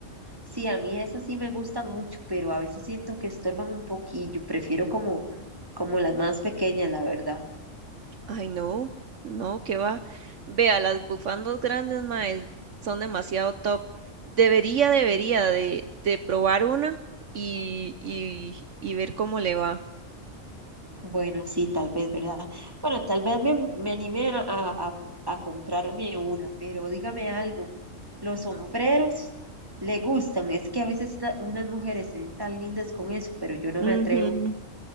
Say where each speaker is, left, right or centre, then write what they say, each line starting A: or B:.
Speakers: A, on the right; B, on the right.
A: Sí, a mí esas sí me gustan mucho, pero a veces siento que estorban un poquillo. Prefiero como, como las más pequeñas, la verdad.
B: Ay, no, no, que va. Vea, las bufandas grandes, mae, son demasiado top. Debería, debería de, de probar una y, y, y ver cómo le va.
A: Bueno, sí, tal vez, ¿verdad? Bueno, tal vez me, me anime a, a, a a comprarme una, pero dígame algo. Los sombreros le gustan. Es que a veces la- unas mujeres se ven tan lindas con eso, pero yo no
B: Ujú.
A: me atrevo.